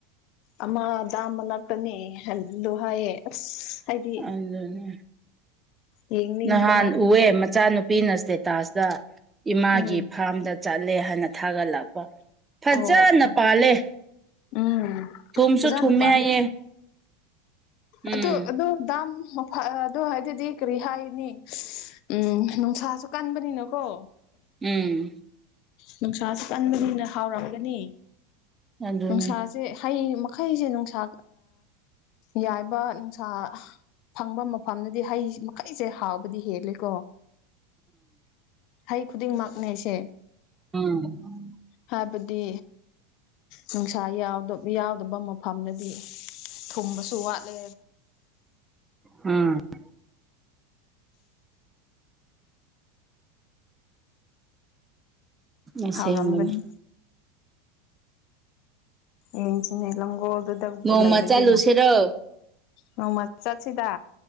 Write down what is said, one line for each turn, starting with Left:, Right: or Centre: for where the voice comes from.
Left: ꯑꯃ ꯗꯥꯝ ꯃꯅꯥꯛꯇꯅꯤ ꯑꯗꯨ ꯍꯥꯏꯌꯦ ꯑꯁ ꯍꯥꯏꯗꯤ
Right: ꯎꯝ
Left: ꯌꯦꯡꯅꯤꯡꯕꯅ
Right: ꯅꯍꯥꯟ ꯎꯏꯌꯦ ꯃꯆꯥꯅꯨꯄꯤꯅ ꯏꯁꯇꯦꯇꯥꯁꯇ ꯏꯃꯥꯒꯤ
Left: ꯎꯝ
Right: ꯐꯥꯝꯗ ꯆꯠꯂꯦ ꯍꯥꯏꯅ ꯊꯥꯒꯠꯂꯛꯄ ꯐꯖꯅ
Left: ꯑꯣ ꯑꯣ
Right: ꯄꯥꯜꯂꯦ
Left: ꯎꯝ
Right: ꯊꯨꯝꯁꯨ
Left: ꯐꯖꯅ
Right: ꯊꯨꯝꯃꯦ
Left: ꯄꯥꯜꯂꯦ
Right: ꯍꯥꯏꯌꯦ ꯎꯝ
Left: ꯑꯗꯨ ꯑꯗꯨ ꯗꯥꯝ ꯑꯗꯨꯗ ꯍꯥꯏꯗꯨꯗꯤ ꯀꯔꯤ ꯍꯥꯏꯅꯤ ꯎꯝ ꯅꯨꯡꯁꯥꯁꯨ ꯀꯟꯕꯅꯤꯅꯀꯣ
Right: ꯎꯝ
Left: ꯅꯨꯡꯁꯥꯥꯁꯨ ꯀꯟꯕꯅꯤꯅ ꯍꯥꯎꯔꯝꯒꯅꯤ
Right: ꯑꯗꯨꯅꯦ
Left: ꯅꯨꯡꯁꯥꯁ ꯁꯦ ꯍꯩ ꯃꯈꯩꯁꯦ ꯅꯨꯡꯁꯥ ꯌꯥꯏꯕ ꯅꯨꯡꯁꯥ ꯐꯪꯕ ꯃꯐꯝꯗꯗꯤ ꯍꯩ ꯍꯩꯁꯦ ꯍꯥꯎꯕꯗꯤ ꯍꯦꯜꯂꯦꯀꯣ ꯍꯩ ꯈꯨꯗꯤꯡꯃꯛꯅꯦ ꯑꯩꯁꯦ
Right: ꯎꯝ
Left: ꯍꯥꯏꯕꯗꯤ ꯅꯨꯡꯁꯥ ꯌꯥꯎ ꯌꯥꯎꯗꯕ ꯃꯐꯝꯗꯗꯤ ꯊꯨꯝꯕꯁꯨ ꯋꯥꯠꯂꯦ
Right: ꯎꯝ <inaudible> ꯑꯁꯦꯡꯕꯅꯦ
Left: ꯍꯥꯎꯔꯝꯒꯅꯤ ꯌꯦꯡꯁꯤꯅꯦ ꯂꯥꯡꯒꯣꯜ ꯗꯨꯗ
Right: ꯅꯣꯡꯃ
Left: ꯂꯩꯔꯗꯤ
Right: ꯆꯠꯂꯨꯁꯤꯔꯣ
Left: ꯅꯣꯡꯃ ꯆꯠꯁꯤꯗ